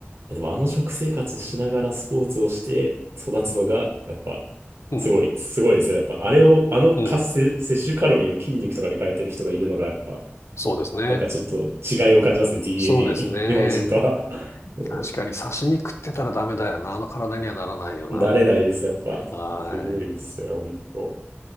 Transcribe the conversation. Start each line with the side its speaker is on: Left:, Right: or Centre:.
Right: えでもあの食生活をしながらスポーツをして育つのが、やっぱ、
Left: うん、
Right: すごい、すごいですよ。やっぱ、あれを、あの活性、
Left: うん。
Right: 摂取カロリーを筋肉とかに変えてる人がいるのが、やっぱ、
Left: そうですね。
Right: なんかちょっと違いを感じますね。DNA
Left: そうですね。
Right: に。<laughs> 日本人とは。<laughs> も
Left: 確かに刺身食ってたらダメだよな。あの体にはならないよ
Right: う、慣れないです、やっぱ。
Left: な。はい。
Right: すごいですよね、本